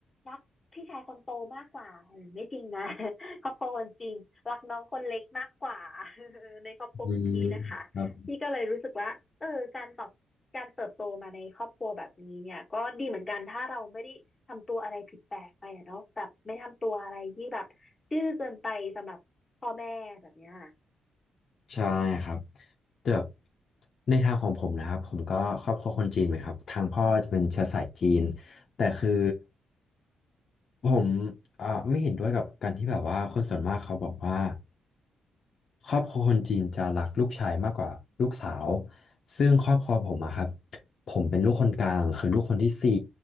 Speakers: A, on the left; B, on the left.
A: รักพี่ชายคนโตมากกว่าเออไม่จริงนะ <laughs> ครอบครัวคนจีนรักน้องคนเล็กมากกว่า <laughs> ในครอบครัวของพี่นะคะพี่ก็เลยรู้สึกว่าเออการตอบการเติบโตมาในครอบครัวแบบนี้เนี่ยก็ดีเหมือนกันถ้าเราไม่ได้ทำตัวอะไรผิดแปลกไปอะเนาะแบบไม่ทำตัวอะไรที่แบบดื้อเกินไปสำหรับพ่อแม่แบบเนี้ย
B: อืมครับ ใช่ครับแต่แบบในทางของผมนะครับผมก็ครอบครัวคนจีนเหมือนครับทางพ่อจะเป็นเชื้อสายจีนแต่คือผมอ่าไม่เห็นด้วยกับการที่แบบว่าคนส่วนมากเขาบอกว่า ครอบครัวคนจีนจะรักลูกชายมากกว่าลูกสาวซึ่งครอบครัวผมอะครับผมเป็นลูกคนกลางคือลูกคนที่สี่